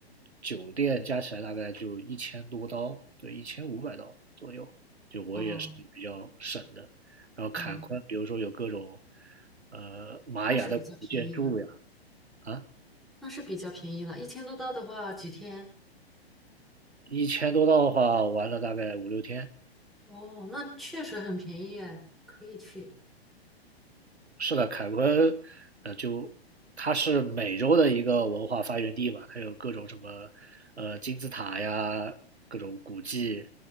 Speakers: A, on the right; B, in the centre.
A: 酒店加起来大概就一千多刀，对，一千五百刀左右。就我也是比较省的。
B: 哦
A: 然后坎昆，
B: 哦，
A: 比如说有各种呃玛雅的古建筑呀，
B: 那是比较便宜了，
A: 啊，
B: 那是比较便宜了，一千多刀的话几天？
A: 一千多刀的话玩了大概五六天。
B: 哦，那确实很便宜哎，可以去。
A: 是的，凯昆，呃，就它是美洲的一个文化发源地嘛，它有各种什么，呃，金字塔呀，各种古迹，